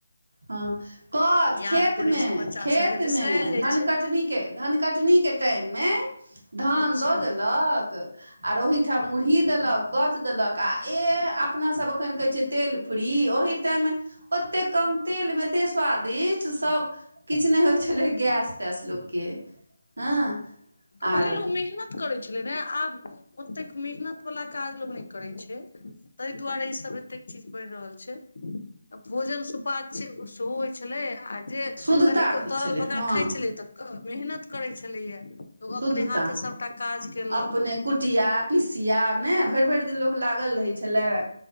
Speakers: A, on the right; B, on the left.
A: हँ कच
B: याद
A: खेत
B: पड़ै
A: मे
B: छै बच्चा
A: खेत
B: सबके बिसरायल
A: मे
B: जाइ
A: धन
B: छै
A: कटनी के धन कटनी के टाइम मे धान
B: अच्छा
A: दऽ देलक आर ओहि ठाम मुरही देलक कच देलक आ ऐं अपना सब एखन कहै छियै तेल फ्री ओहि टाइम ओते कम तेल मे एते स्वादिष्ट सब किछ नहि होइ छलै गैस तैस लोकके हँ
B: पहिले
A: आर
B: लोक मेहनत करै छलै ने आब ओतेक मेहनत वला काज लोक नहि करैत छै ताहि दुआरे ईसभ एतेक चीज बढ़ि रहल छै भोजन सुपाच्य सेहो होइत छलै आ जे
A: शुद्धता
B: कनिको
A: रहै
B: तरल
A: छलै
B: पका
A: हँ
B: कऽ खाय छलै तऽ मेहनत करै छलैये लोक
A: शुद्धता
B: अपने हाथे सभटा काज केलक
A: अपने कुटिया पिसिया ने भरि भरि दिन लोग लागल रहै छलै